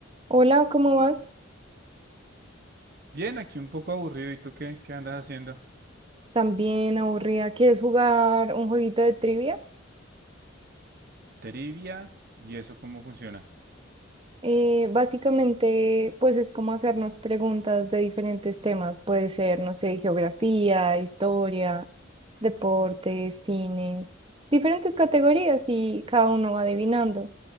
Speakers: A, on the right (about 25°); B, on the right (about 50°).
A: Hola, ¿cómo vas?
B: Bien, aquí un poco aburrido. ¿Y tú qué? ¿Qué andas haciendo?
A: También aburrida. ¿Quieres jugar un jueguito de trivia?
B: Trivia. ¿Y eso cómo funciona?
A: Eh, básicamente, pues es como hacernos preguntas de diferentes temas. Puede ser, no sé, geografía, historia, deportes, cine, diferentes categorías y cada uno va adivinando.